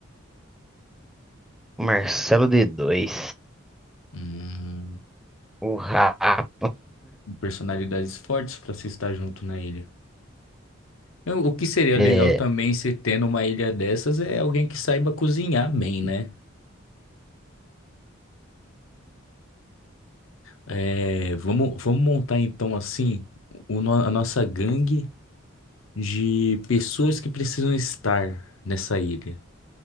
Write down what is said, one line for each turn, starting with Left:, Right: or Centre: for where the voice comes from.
Centre: Marcelo d dois,
Left: Hum.
Centre: o Rapa.
Left: personalidades fortes para se estar junto na ilha. Eu- O que seria
Centre: É,
Left: legal também se tendo uma ilha dessas é alguém que saiba cozinhar bem, né? É, vamos, vamos montar então assim o no- a nossa gangue de pessoas que precisam estar nessa ilha.